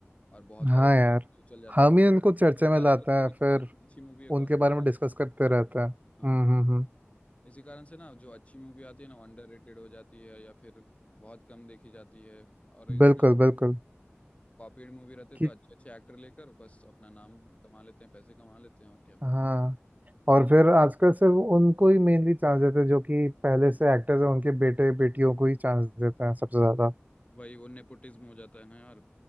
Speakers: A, on the left (about 30°); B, on the right (about 35°).
A: और बहुत
B: हाँ
A: सारे फिल्म
B: यार
A: चल जाते
B: हम
A: हैं तो
B: ही उनको चर्चा
A: पता
B: में लाते
A: नहीं चलता
B: हैं
A: कि
B: फिर
A: कौन सी अच्छी मूवी है
B: उनके
A: कौन सी
B: बारे
A: खराब
B: में डिस्कस करते रहते हैं
A: हाँ
B: हम्म हम्म हम्म
A: इसी कारण से ना जो अच्छी मूवी आती है ना अंडर रेटेड हो जाती है या फिर बहुत कम देखी जाती है और इसमें
B: बिल्कुल बिल्कुल
A: कॉपीड मूवी रहते
B: कि
A: तो अच्छे अच्छे एक्टर लेकर बस अपना नाम कमा लेते हैं पैसे कमा लेते हैं और क्या
B: हाँ
A: हम्म,
B: और फिर आजकल सिर्फ उनको ही मेनली चांस देते हैं जो कि पहले से एक्टर्स हैं उनके बेटे बेटियों को ही चांस देते हैं सबसे ज्यादा
A: वही वो नेपोटिज्म हो जाता है ना यार